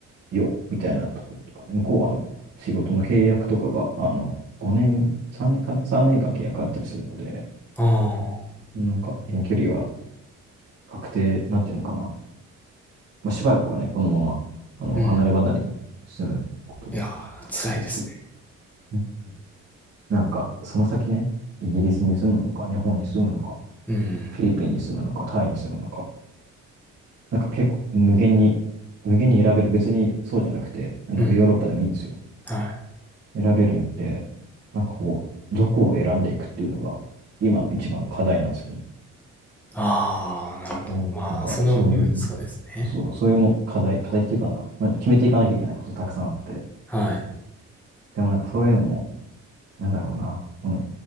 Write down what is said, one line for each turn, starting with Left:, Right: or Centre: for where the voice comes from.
Right: よみたいなところとかね、向こうはあの仕事の契約とかがあの5年、3年かな ?3 年間契約あったりするので、
Centre: ああ、
Right: なんか遠距離は確定、なんていうのかなまあ、しばらくはね、このまま、あの、
Centre: うん。
Right: 離れ離れに住むことが
Centre: いやー、辛いですね。
Right: 多いんですけど、うんなんか、その先ね、イギリスに住むのか、日本に住むのか、
Centre: うん、
Right: フィリピンに住むのか、タイに住むのか、なんか結構無限に、無限に選べる。別にそうじゃなくて、なんかヨーロッパでもいいんですよ。
Centre: うん、はい。
Right: 選べるんで、なんかこう、どこを選んでいくっていうのが、今の一番の課題なんですけど、
Centre: ああ、なるほど。
Right: うんなんか、
Centre: まあ、その、
Right: そういうね、
Centre: うん、そうですね。
Right: そうそう、そういうもん課題、課題っていうかな、まあ、決めていかなきゃいけないことたくさんあって、
Centre: はい。
Right: でもなんかそういうのも、なんだろうな、この、